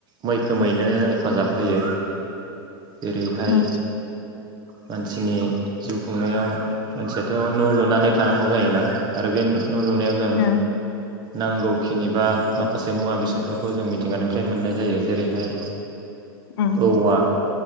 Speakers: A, on the right; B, on the left.
A: मैखोमैनो हेफाजाब होयो। जेरैहाय
B: उम
A: मानसिनि जिउ खुंनायाव मानसियाथ' न' लुनानै थानांगौ जायोना आरो बे न' लुनायाव जों
B: उम
A: नांगौ खिनि बा माखासे मुवा बेसादफोरखौ जों मिथिंगानिफ्राय मोननाय जायो जेरैहाय
B: उम
A: औवा